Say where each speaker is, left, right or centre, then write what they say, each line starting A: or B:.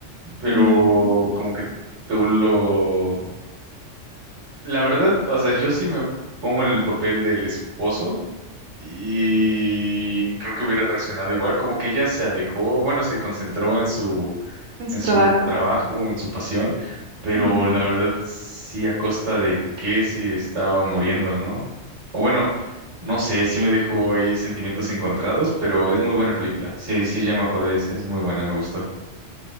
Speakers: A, on the right (about 70°); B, on the right (about 85°).
A: pero
B: Ujú,
A: como que tú lo... La verdad, o sea, yo sí me pongo en el papel del esposo y creo que hubiera reaccionado igual, como que ella se alejó, bueno, se concentró en su
B: en su
A: en su
B: trabajo.
A: trabajo, en su pasión, pero
B: Ujú.
A: la verdad sí a costa de que si estaba muriendo, ¿no? O bueno, no sé, sí me dejó ahí sentimientos encontrados, pero es muy buena película. Sí, sí, ya me acordé, es, es muy buena, me gustó.